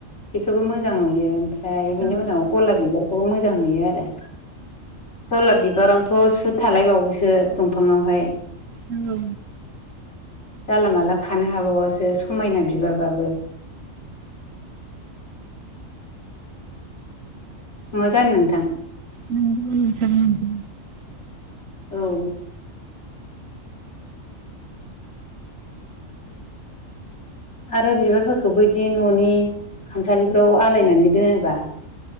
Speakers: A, on the left; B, on the right.
A: बेखौबो मोजां नुयो ओमफ्राय बिनि
B: औ
A: उनाव गलाब बिबारखौबो मोजां नुयो आरो गलाब बिबारावथ सुद थालायबावोसो दंफांङावहाय
B: औ
A: जानला माला खानो हाबावासो समायना बिबारबाबो <unintelligible> नंङा जानो नोंथां
B: नोंगौ नोंथां नंगौ
A: <inaudible> औ आरो बिबारफोरखौबो बिदि न'नि खामसालिफोराव आलायनानै दोनोबा